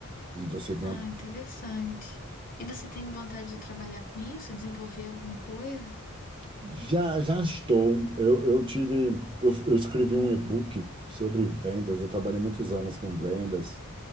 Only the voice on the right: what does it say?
E você ganha.
Já, já estou. Eu, eu tive, eu, eu escrevi um e-book sobre vendas. Eu trabalhei muitos anos com vendas